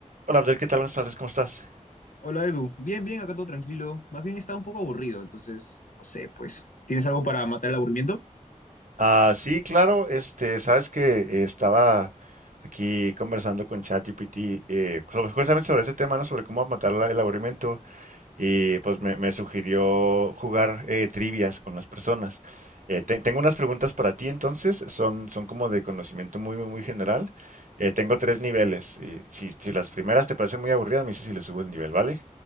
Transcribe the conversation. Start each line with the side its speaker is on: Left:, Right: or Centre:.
Right: Hola Abdel, ¿qué tal? Buenas tardes, ¿cómo estás?
Left: Hola Edu, bien, bien, acá todo tranquilo. Más bien estaba un poco aburrido, entonces, no sé, pues, ¿tienes algo para matar el aburrimiento?
Right: Ah, sí, claro, este, sabes que eh, estaba aquí conversando con ChatGPT eh, sobre- justamente sobre este tema, ¿no? Sobre cómo matar la- el aburrimiento y pues me, me sugirió jugar eh, trivias con las personas. Eh, te- tengo unas preguntas para ti entonces, son, son como de conocimiento muy, muy, muy general. Eh, tengo tres niveles y si, si las primeras te parecen muy aburridas, me dices si le subo el nivel, ¿vale?